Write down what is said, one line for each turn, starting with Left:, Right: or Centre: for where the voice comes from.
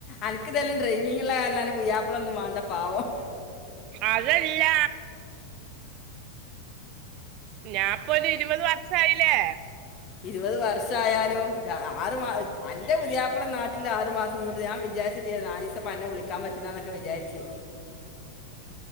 Left: അനക്ക് തന്നെ ഡ്രൈവിങ്ങള്ള കാരണം പുയ്യാപ്പള ഒന്നും വേണ്ട പാവം
Right: അതല്ല ഞാപ്പൊരു ഇരുപത് വർഷയില്ലേ
Left: ഇരുപത് വർഷായാലും ആറ് മാ അന്റെ പുതിയാപ്പള നാട്ടില് ആറ് മാസം നിന്നിട്ട് ഞാൻ വിച നാലിസ പ്പന്നെ വിളിക്കാൻ പറ്റുല ന്നൊക്കെ വിചാരിച്ച്